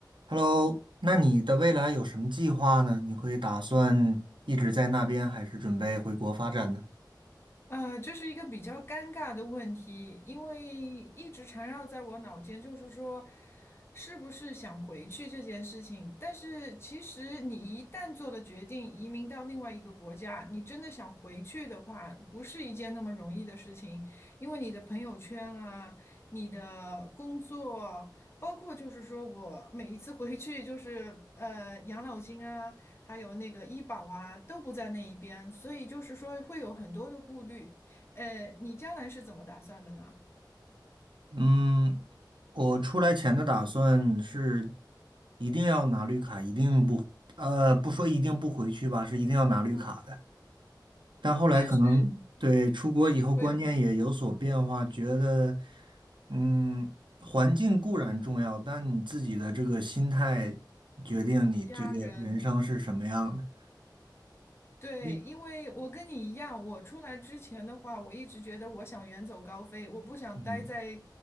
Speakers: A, on the right; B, on the left.
A: Hello，那你的未来有什么计划呢？你会打算一直在那边，还是准备回国发展呢？
B: 呃，这是一个比较尴尬的问题，因为一直缠绕在我脑间，就是说，是不是想回去这件事情。但是其实你一旦做了决定，移民到另外一个国家，你真的想回去的话，不是一件那么容易的事情，因为你的朋友圈啊，你的工作，包括就是说我每一次回去就是呃养老金啊。还有那个医保啊，都不在那一边，所以就是说会有很多的顾虑。呃，你将来是怎么打算的呢？
A: 嗯，我出来前的打算是一定要拿绿卡，一定不，呃，不说一定不回去吧，是一定要拿绿卡的。
B: 嗯，
A: 但后来可能对出国以后观念也有所变化，
B: 但是会有变动，
A: 觉得，嗯，环境固然重要，但你自己的这个心态决定你这个人生是什么样的。
B: 家人。对，
A: 嗯
B: 因为我跟你一样，我出来之前的话，我一直觉得我想远走高飞，我不想待在，
A: 嗯。